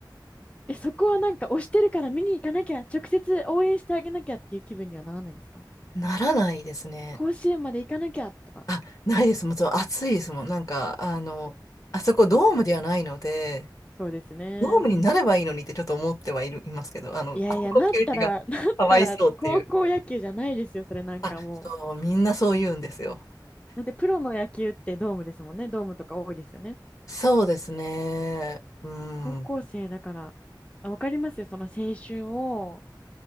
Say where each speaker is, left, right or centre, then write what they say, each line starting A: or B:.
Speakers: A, on the left (about 15°); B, on the left (about 45°).
A: え、そこはなんか推してるから見に行かなきゃ、直接応援してあげなきゃっていう気分にはならないんですか
B: ならないですね。
A: 甲子園まで行かなきゃとか。
B: あ、ないです。もちろん暑いですもん。なんか、あの、あそこドームではないので、
A: そうですね。
B: ドームになればいいのにってちょっと思ってはいる、いますけど、あの、
A: いやいや、
B: 高校球児がかわいそうっていう。
A: なったら、<laughs> なったら高校野球じゃないですよ、それなんかもう。
B: あ、そう、みんなそう言うんですよ。
A: だってプロの野球ってドームですもんね。ドームとか多いですよね。
B: そうですね。うん、
A: 高校生だから、あわかりますよ、その青春を